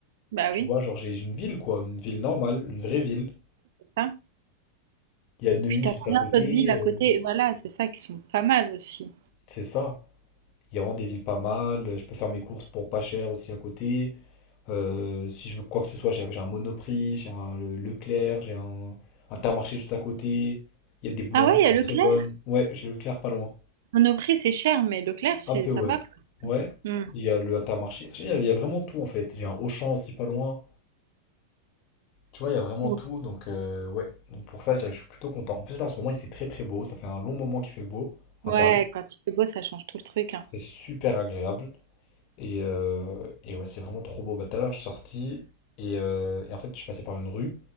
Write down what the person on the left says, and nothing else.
Tu
vois, genre, j'ai j'ai une ville, quoi, une ville normale, une vraie ville.
Il y a Neuilly
juste
à côté,
euh,
c'est ça. Il y a vraiment des villes pas mal. Je peux faire mes courses pour pas cher aussi à côté. Euh, si je veux quoi que ce soit, j'ai j'ai un Monoprix, j'ai un Le- Leclerc, j'ai un Intermarché juste à côté. Il y a des boulangeries
qui
sont
très bonnes. Ouais, j'ai Leclerc pas loin.
Un peu, ouais.
Ouais,
il y a le Intermarché. Enfin, Il y a il y a vraiment tout en fait. J'ai un Auchan aussi pas loin. Tu vois, il y a vraiment
tout. Donc, euh, ouais. Donc, pour ça, je dirais que je suis plutôt content. En plus, là, en ce moment, il fait très très beau. Ça fait un long moment qu'il fait beau à
Paris.
C'est super agréable. Et, euh, et ouais, c'est vraiment trop beau. Bah, tout à l'heure, je suis sorti. Et, euh, et en fait, je suis passé par une rue.